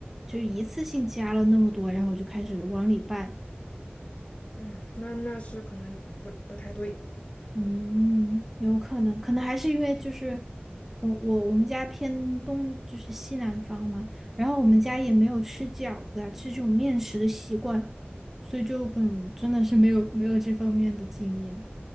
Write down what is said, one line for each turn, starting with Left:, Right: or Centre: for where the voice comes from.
Centre: 就一次性加了那么多，然后我就开始往里拌。
Left: 嗯，那那是可能不不太对。
Centre: 嗯，有可能，可能还是因为就是我我我们家偏东，就是西南方嘛，然后我们家也没有吃饺子啊，吃这种面食的习惯，所以就可能真的是没有没有这方面的经验。